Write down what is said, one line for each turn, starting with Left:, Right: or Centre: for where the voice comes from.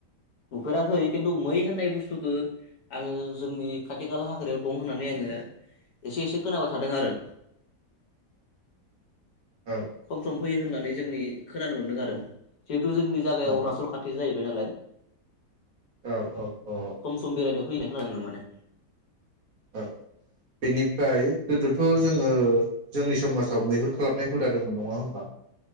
Left: नुफेराखै खिन्थु मै होननाय बुस्थुखो आङो जोंनि खाथि खाला हाग्रायाव दं होननानै आंङो एसे एसे खोनाबाय थादों आरो
Right: औ
Left: सम सम फैयो हो होननानै जोंनि खोनानो मोनदों आरो जो जोंनि जागायाव
Right: औ
Left: अरुनाचल खाथिजो जाहैबाय नालाय
Right: औ औ
Left: सम सम बेरायनो फैनाय खोनादों आं माने
Right: औ बेनिफ्राय गोदोथ जोङो जोंनि समाजाव मैहुर खालामनाय हुदा दंमोन नङा होमबा